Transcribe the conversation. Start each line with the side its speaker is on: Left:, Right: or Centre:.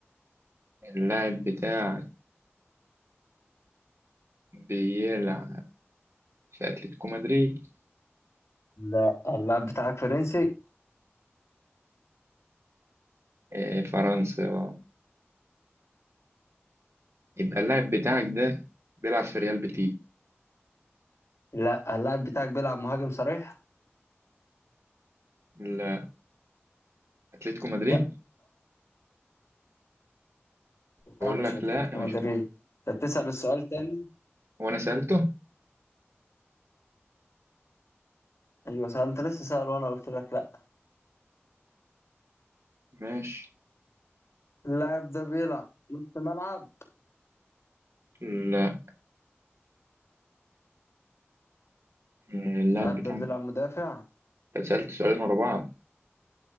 Right: اللاعب بتاعك بيلعب في اتلتيكو مدريد
Left: لا اللاعب بتاعك فرنسي
Right: آه فرنسا اه يبقى اللاعب بتاعك ده بيلعب في ريال بيتي
Left: لا اللاعب بتاعك بيلعب مهاجم صريح
Right: لا اتلتيكو مدريد
Left: لا
Right: بقول
Left: أنا مش
Right: لك
Left: أتلتيكو
Right: لا مش
Left: مدريد
Right: مهم
Left: أنت بتسأل السؤال تاني
Right: هو انا سألته
Left: أيوة سأل- أنت لسه سأل وأنا قلت لك لا
Right: ماشي
Left: اللاعب ده بيلعب نص ملعب
Right: لا آه، اللاعب
Left: اللاعب
Right: بتاعك
Left: ده بيلعب مدافع
Right: أنت سألت سؤالين ورا بعض